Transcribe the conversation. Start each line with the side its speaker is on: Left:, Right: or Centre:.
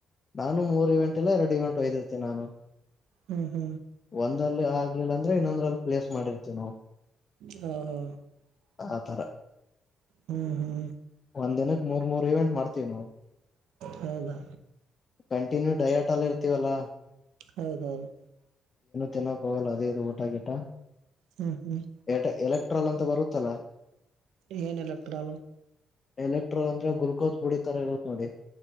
Left: ನಾನು ಮೂರ್ ಇವೆಂಟ್ ಇಲ್ಲ ಎರಡು ಇವೆಟ್ದ್ದರ್ತೀನಿ ನಾನು
Right: ಹ್ಮ್ ಹ್ಮ್
Left: ಒಂದಲ್ಲಿ ಆಗ್ಲಿಲ್ಲ ಅಂದ್ರೆ ಇನ್ನೊಂದ್ರಲ್ಲಿ ಪ್ಲೇಸ್ ಮಾಡಿರ್ತಿೇವಿ ನಾವು
Right: ಹ ಹಾ
Left: ಆತರ
Right: ಹ್ಮ್ ಹ್ಮ್
Left: ಒಂದ್ ದಿನಕ್ ಮೂರ್ ಮೂರ್ ಇವೆಂಟ್ ಮಾಡ್ತೀವಿ ನಾವು
Right: ಹೌದಾ
Left: ಕಂಟಿನ್ಯೂ ಡಯಟ್ ಅಲ್ಲ ಇರ್ತೀವಲ್ಲಾ
Right: ಹೌದೌದು
Left: ತಿನ್ನಾ ಹೋಗಲ್ಲ ಅದೇ ಇದು ಊಟ ಗಿಟ
Right: ಹ್ಮ್ ಹ್ಮ್
Left: ಎಲೆಕ್ ಎಲೆಕ್ಟ್ರಾಲ್ ಅಂತ ಬರುತ್ತಲ್ಲ
Right: ಏನ್ ಎಲೆಕ್ಟ್ರಾಲ
Left: ಎಲೆಕ್ಟ್ರೋಲ್ ಅಂದ್ರೆ ಗ್ಲುಕೋಸ್ ಬುಡಿತರ ಇರುತ್ತತ್ ನೋಡಿ